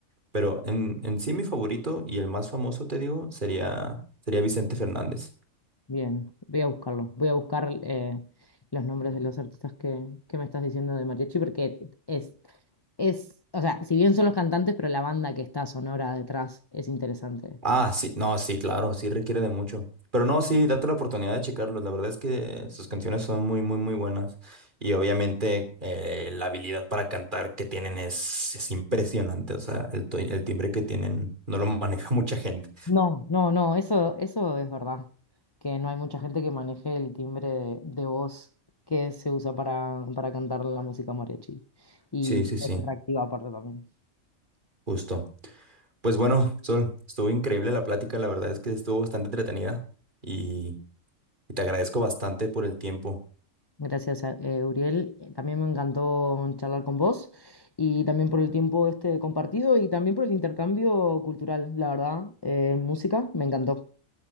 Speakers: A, on the right; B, on the left.
A: Pero en, en sí mi favorito y el más famoso, te digo, sería, sería Vicente Fernández.
B: Bien, voy a buscarlo. Voy a buscar eh, los nombres de los artistas que, que me estás diciendo de mariachi, porque es, es, o sea, si bien son los cantantes, pero la banda que está sonora detrás es interesante.
A: Ah, sí, no, sí, claro, sí requiere de mucho. Pero no, sí, date la oportunidad de checarlos. La verdad es que sus canciones son muy, muy, muy buenas. Y obviamente eh, la habilidad para cantar que tienen es, es impresionante. O sea, el, to- el timbre que tienen no lo <laughs> maneja mucha gente.
B: No, no, no, eso, eso es verdad, que no hay mucha gente que maneje el timbre de, de voz que se usa para, para cantar la música mariachi. Y
A: Sí, sí, sí,
B: es atractiva aparte también.
A: justo. Pues bueno, Sol, estuvo increíble la plática. La verdad es que estuvo bastante entretenida. Y, y te agradezco bastante por el tiempo.
B: Gracias, eh, Uriel. También me encantó charlar con vos y también por el tiempo este compartido y también por el intercambio cultural, la verdad. Eh, música, me encantó.